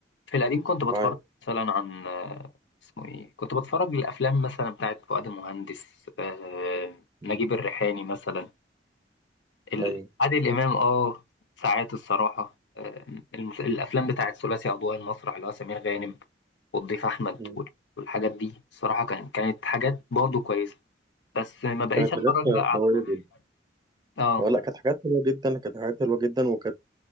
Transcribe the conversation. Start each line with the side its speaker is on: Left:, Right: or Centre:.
Left: في القديم كنت بتفرج
Right: معاك
Left: مثلا عن آه، اسمه ايه كنت بتفرج للافلام مثلا بتاعت فؤاد المهندس آه،
Right: مم.
Left: نجيب الريحاني مثلا ال-
Right: أيوه
Left: عادل إمام اه ساعات الصراحة آه، المس- الأفلام بتاعت ثلاثي أضواء المسرح اللي هو سمير غانم والضيف أحمد
Right: مم.
Left: وال- والحاجات دي الصراحة كان كانت حاجات برضه كويسة بس ما بقيتش
Right: كانت
Left: أتفرج
Right: حاجات
Left: بقى على
Right: قوية
Left: مصر.
Right: جدا
Left: اه
Right: ولا كانت حاجات حلوة جدا كانت حاجات حلوة جدا وكانت